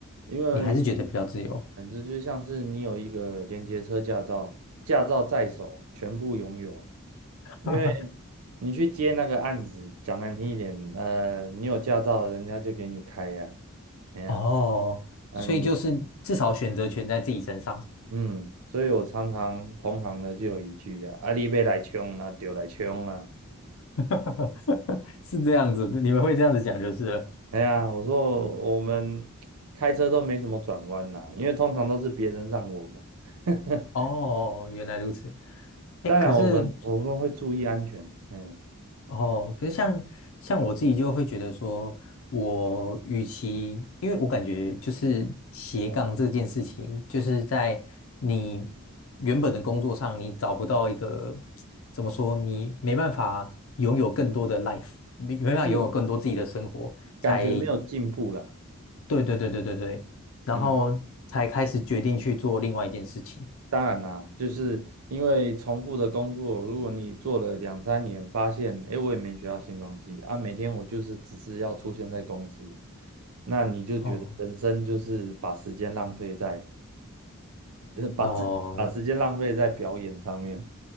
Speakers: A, on the right (about 85°); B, on the left (about 65°).
A: 因为。
B: 你还是觉得比较自由？
A: 反正就像是你有一个连接车驾照，驾照在手，全部拥有。因为
B: <laughs>
A: 你去接那个案子，讲难听一点，呃，你有驾照，人家就给你开呀、哎呀，
B: 哦，
A: 嗯，
B: 所以就是至少选择权在自己身上，
A: 你嗯，所以我常常同行的就有一句啊，阿你别来冲啊，丢来冲啊。
B: <laughs> 是这样子，你们会这样子讲就是了。
A: 哎呀，我说我们开车都没什么转弯啦、因为通常都是别人让我们。<laughs>
B: 哦，原来如此。哎，
A: 当然，
B: 可是
A: 我们我们会注意安全，嗯，
B: 哦，可是像像我自己就会觉得说，我与其，因为我感觉就是斜杠这件事情，
A: 嗯
B: 就是在你原本的工作上，你找不到一个怎么说，你没办法拥有更多的 life，没没办法拥有更多自己的生活，
A: 就是
B: 才
A: 感觉没有进步啦。
B: 对对对对对对，然后才开始决定去做另外一件事情。
A: 嗯，当然啦，就是因为重复的工作，如果你做了两三年，发现诶，我也没学到新东西啊，每天我就是只是要出现在公司，那你就觉得人生就是把时间浪费在，
B: 哦
A: 呃，把自把时间浪费在表演上面。
B: 哦，